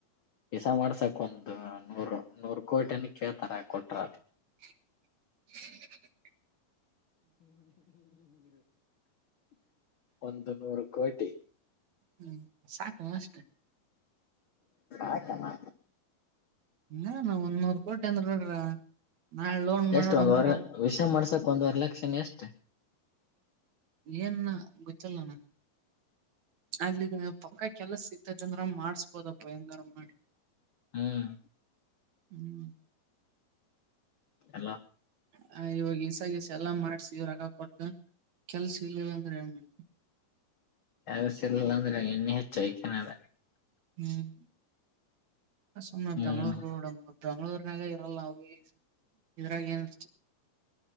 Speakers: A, on the left; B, on the right.
A: ಪಸ ಮಾಡ್ಸಕ್ ಒಂದು ನೂರ್ ನೂರ್ ಕೋಟಿಯನ್ ಕೇಳ್ತಾರ ಕೊಟ್ರ
B: ಹ
A: ಒಂದು ನೂರು ಕೋಟಿ
B: ಹ್ಮ್ ಸಾಕಣ ಅಷ್ಟ
A: ಆಕನಾ
B: ಹ ನಾವ ಒಂದ ನೂರ್ ಕೋಟಿ ಅಂದ್ರ ನೋಡ್ರ ನಾಳೆ ಲೋನ್ ಮಾಡೋಡಂಬಾರ
A: ಎಷ್ಟ ಒಂದ್ ವರ್ ವಿಷ ಮಾಡ್ಸಕ್ ಒಂದ್ ವರ್ ಲಕ್ಷನ ಎಷ್ಟೇ
B: ಏನ್ ಗೊತ್ತಲ್ಲ ನನ್ ಅಲ್ಲಿ ಪಕ್ಕ ಕೆಲಸ ಸಿಗ್ತ ಚಂದ್ರ ಮಾಡ್ಸ್ಬೋದಪ್ಪ ಹೆಂಗಾರ ಮಾಡಿ
A: ಹ್ಮ್
B: ಹ್ಮ್
A: ಎಲ್ಲ
B: ಹ ಇವಾಗ ಈಸಗೀಸ ಎಲ್ಲಾ ಮಾಡ್ಸಿ ಇವ ರಗ ಕೊಟ್ಟ ಕೆಲ್ಸ ಇಲ್ಲವ ಅಂದ್ರೆ ಏನ್ ಮಾಡ್
A: ಯಸ ಎಲ್ಲ ಇನ್ನಿ ಹೆಚ್ಚಯಾನ ಅದ
B: ಹ್ಮ್ ಸುಮ್ನೆ
A: ಹ್ಮ್
B: ಬೆಂಗ್ಳೂರ್ಡ ಬೆಂಗಳೂರಿನಾಗ ಇರಲ್ಲ ನ ಈ ಇದ್ರಾಗ ಏನ್